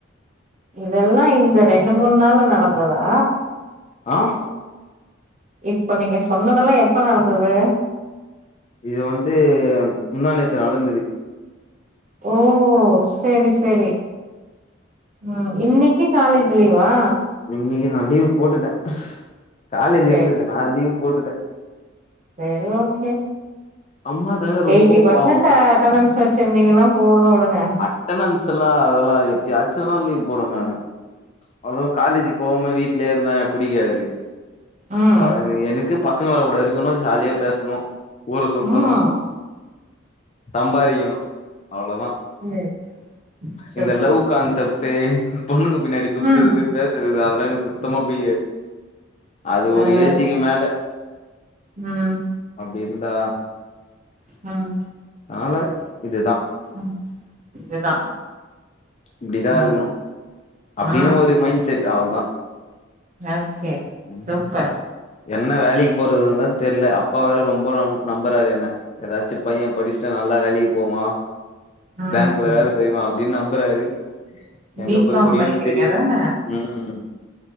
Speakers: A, on the right; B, on the left.
A: இதெல்லா இந்த ரெண்டு மூண் நாள்ல நடந்ததா
B: ஆ
A: இப்ப நீங்க சொன்னதெல்லா எப்ப நடந்தது
B: இது வந்து முந்தாநேத்து நடந்துது
A: ஓ செரி செரி ம் இன்னிக்கி காலேஜ் லீவா
B: இன்னிக்கி நா லீவ் போட்டுட்ட காலேஜ்
A: சேர்
B: இருந்துது நா லீவ் போட்டுட்ட
A: செரி ஓகே
B: அம்மா தாங்க ரொம்ப
A: எயிட்டி பர்சன்ட்டு
B: பாவம்
A: அட்டனன்ஸ் வெச்சிருந்தீங்கன்னா போது விடுங்க
B: அட்டனன்ஸெல்லா அதெல்லா எட்டியாச்சுதா லீவு போடுவ் நானு அவ்ளவ் காலேஜு போவாம வீட்லயே இருந்தா எனக்கு புடிக்காது
A: ஆ ம்
B: <unintelligible> எனக்கு பசங்களாகூட இருக்கணு ஜாலியா பேசணு ஊர சுத்தணு
A: ம்
B: சம்பாரிக்கணு அவ்ளோதா
A: சேரி சூப்பர்
B: இந்த லவ் கான்செப் ட்டு பொண்ணுங்க பின்னாடி சுத்துறது
A: ம்
B: பேசுறது அதெல்லா எனக்கு சுத்தமா புடிக்காது அது
A: பரவால்லயே
B: ஒரு ஏஜிக்கு மேல
A: ம்
B: அப்டி இருந்தாதா
A: ம்
B: அதனால இதுதா
A: ம் இதுதா
B: இப்டிதா
A: ஆ
B: இருக்கணு அப்டினு
A: ஆ
B: ஒரு மைண்ட் செட் அவ்ள்தா
A: ஓகே
B: ம்
A: சூப்பர்
B: என்ன வேலிக்கி போறதுந்தா தெர்ல அப்பா வேற ரொம்ப நம் நம்புறாரு என்ன எதாச்சு பைய்யே படிஷ்ட்டா நல்ல வேலக்கி போவா
A: ம்
B: பேங்கில வேல செய்வா அப்டினு நம்புறாரு எங்க
A: பி
B: போய்
A: காம்
B: முடியுன்
A: படிக்கிறீங்க
B: தெரியாது
A: தான
B: ம்